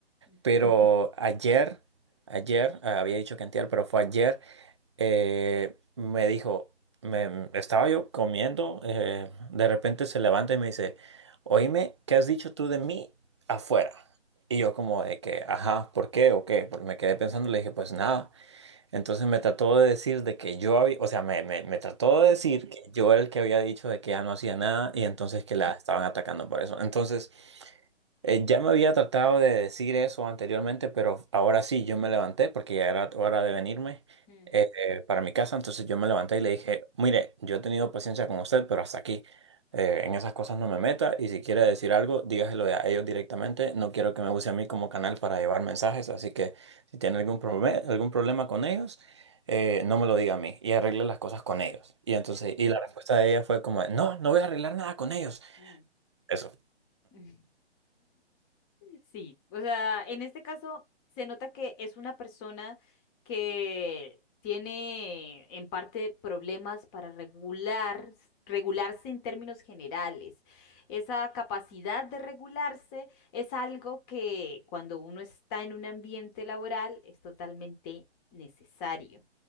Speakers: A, on the left; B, on the right.
A: ujú,
B: pero ayer, ayer, eh, había dicho que antier, pero fue ayer eh, me dijo, me, estaba yo comiendo, eh, de repente se levanta y me dice, oíme, ¿qué has dicho tú de mí afuera? Y yo como de que, ajá, ¿por qué o qué? Porque me quedé pensando, le dije, pues nada. Entonces me trató de decir de que yo había, o sea, me, me, me trató de
A: mm,
B: decir que yo era el que había dicho de que ya no hacía nada y entonces que la estaban atacando por eso. Entonces... Eh, ya me había tratado de decir eso anteriormente, pero ahora sí, yo me levanté porque ya era hora de venirme
A: mm,
B: eh, eh, para mi casa. Entonces yo me levanté y le dije, mire, yo he tenido paciencia con usted, pero hasta aquí. Eh, en esas cosas no me meta y si quiere decir algo, dígaselo a ellos directamente. No quiero que me use a mí como canal para llevar mensajes, así que si tiene algún problema, algún problema con ellos, eh, no me lo diga a mí y arregle las cosas con ellos. Y entonces,
A: ujú,
B: y la respuesta de ella fue como, no, no voy a arreglar nada con ellos.
A: mm.
B: Eso.
A: <laughs> Sí, o sea, en este caso se nota que es una persona que tiene en parte problemas para regular, regularse en términos generales. Esa capacidad de regularse es algo que cuando uno está en un ambiente laboral es totalmente necesario.